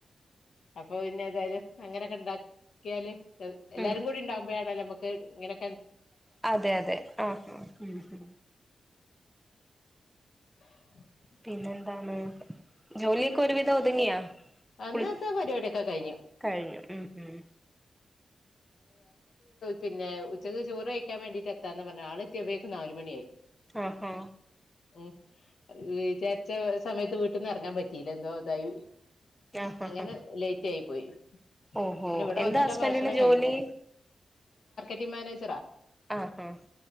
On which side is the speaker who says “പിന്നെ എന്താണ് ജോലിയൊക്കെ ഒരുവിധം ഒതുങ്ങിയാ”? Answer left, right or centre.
Centre